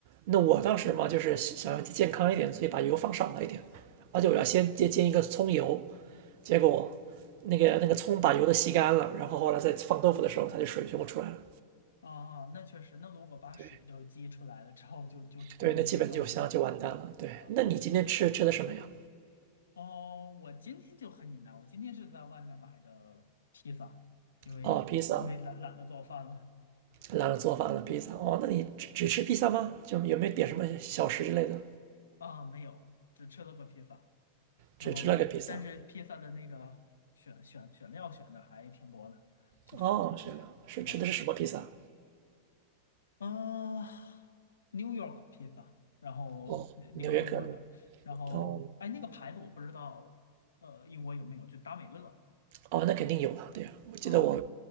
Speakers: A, on the right (about 50°); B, on the left (about 70°).
A: 那我当时嘛，就是想要健康一点，所以把油放少了一点，而且我要先煎煎一个葱油，结果那个那个葱把油都吸干了，然后后来再放豆腐的时候，它就水全部出来了。
B: 啊，啊！那确实，那如果把水都激出来了之后就，
A: 对。
B: 就变成煮豆腐了
A: 对，那基本就相当就完蛋了。对，
B: 啊。
A: 那你今天吃吃的什么呀？
B: 哦，我今天就很简单，我今天是在外面买的披萨，因为因为懒懒得做饭了。
A: 哦，披萨，懒得做饭了，披萨。哦，那你只只吃披萨吗？就有没有点什么小食之类的？
B: 啊，没有，只吃了个披萨，然后但是披萨的那个选选选料选的还挺多的，
A: 只吃了个披萨。
B: 就这样
A: 哦，是的，是吃的是什么披萨？
B: 啊，嗯，New York 披萨，然后那那个风格的，
A: 哦，纽约客的。
B: 然后哎，
A: 哦
B: 那个牌子我不知道，呃，英国有没有，就达美乐
A: 哦，那肯定有了。对呀，我记得我
B: 啊，